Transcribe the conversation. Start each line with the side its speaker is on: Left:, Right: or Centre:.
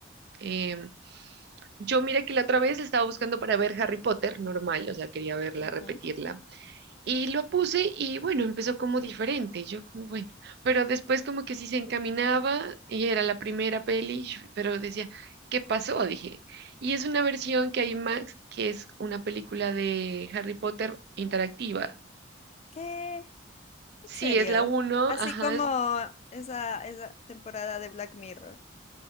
Right: Em, yo mira que la otra vez estaba buscando para ver Harry Potter normal, o sea, quería verla,
Left: Ujú.
Right: repetirla Y lo puse y bueno, empezó como diferente, yo como bueno, pero después como que sí se encaminaba y era la primera peli, sh- pero decía, ¿qué pasó? Dije, y es una versión que hay en Max, que es una película de Harry Potter interactiva.
Left: ¿Qué? ¿En
Right: Sí,
Left: serio?
Right: es la uno
Left: Así
Right: ajá,
Left: como
Right: es
Left: esa, esa temporada de Black Mirror.